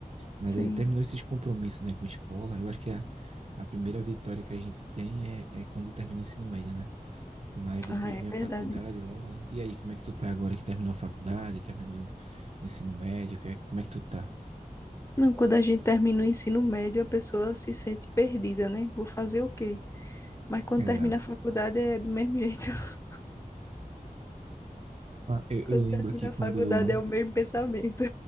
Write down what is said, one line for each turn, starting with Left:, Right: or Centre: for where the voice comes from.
Right: Mas
Left: Sim.
Right: aí terminou esses compromissos, né, com a escola. Eu acho que a, a primeira vitória que a gente tem é, é quando termina o ensino médio, né? Mas depois
Left: Ah,
Right: vem
Left: é
Right: a
Left: verdade.
Right: faculdade logo, né? E aí, como é que tu tá agora que terminou a faculdade, terminou o ensino médio? que é- Como é que tu tá?
Left: Não, quando a gente termina o ensino médio, a pessoa se sente perdida, né? Vou fazer o quê? Mas quando
Right: Exato.
Left: termina a faculdade é do mesmo jeito. <laughs>
Right: Ah, Eu,
Left: Quando
Right: eu lembro
Left: termina
Right: que quando.
Left: a faculdade é o mesmo pensamento.